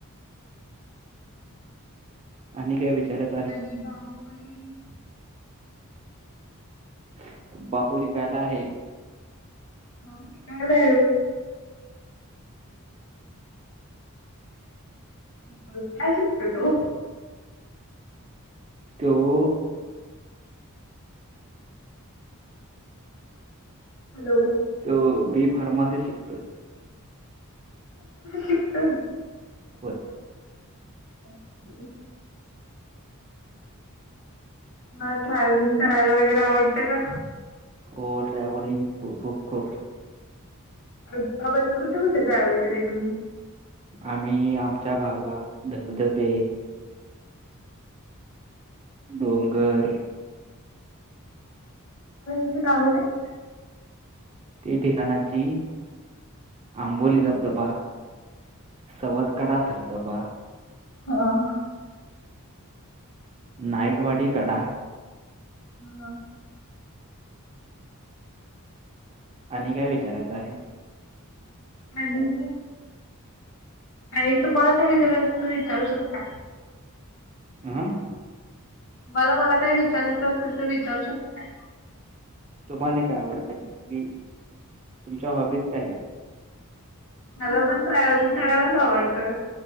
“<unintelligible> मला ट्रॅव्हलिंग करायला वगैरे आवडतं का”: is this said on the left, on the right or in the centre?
Left